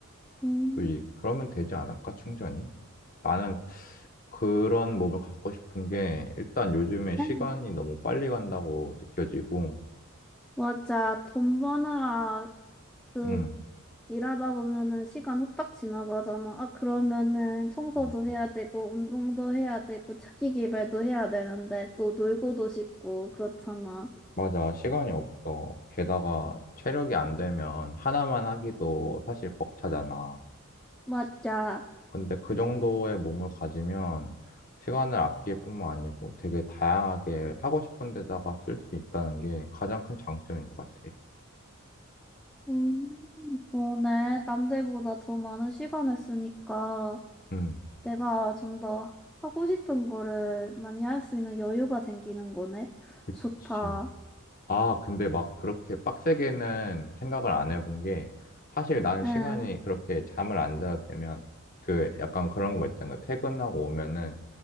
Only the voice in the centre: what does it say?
음,
음.
맞아. 돈 버느라 그
일하다 보면은 시간 후딱 지나가잖아. 아, 그러면은 청소도
해야 되고, 운동도 해야 되고, 자기 개발도 해야 되는데, 또 놀고도 싶고, 그렇잖아.
맞아.
음, 오늘 남들보다 더 많은 시간을 쓰니까
내가 좀 더 하고 싶은 거를 많이 할 수 있는 여유가 생기는 거네.
좋다.
응,